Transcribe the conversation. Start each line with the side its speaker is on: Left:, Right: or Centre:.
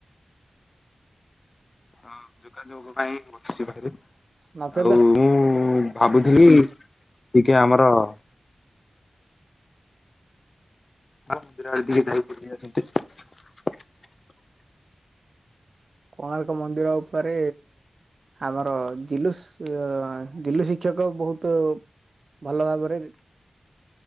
Left: ହଁ ଯୋଗାଯୋଗ । ପାଇଁ ବସିଛି ବାହରେ
Right: ନଚେତ
Left: ଆଉ ମୁଁ ଭାବୁଥିଲି । ଟିକେ ଆମର । ନା ମ ମୁଦ ଦି ରା ଏଇଠି ଟିକେ ହେଲ୍ପ କରିଦେଇ ଆ <unintelligible>
Right: କୋଣାର୍କ ମନ୍ଦିର ଉପରେ ଆମର ଜିଲୁଶ ଆଁ ଜିଲୁ ଶିକ୍ଷକ ବହୁତ ଭଲ ଭାବରେ